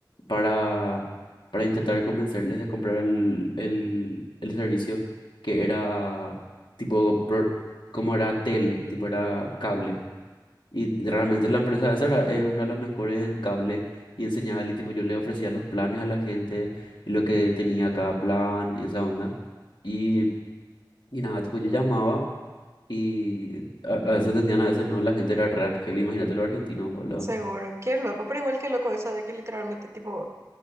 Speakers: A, on the left (about 75°); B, on the right (about 35°).
A: para, para intentar convencerles de comprar el, el, el servicio que era tipo, pro- como era tele, tipo era cable. Y realmente la empresa esa era- es una de las mejores en cable y en señal. Y tipo, yo le ofrecía los planes a la gente y lo que tenía cada plan y esa onda. Y, y nada, tipo, yo llamaba y a, a veces atendían, a veces no. La gente era re argel, imagínate los argentinos, boludo.
B: Seguro, qué loco, pero igual que loco eso de que literalmente tipo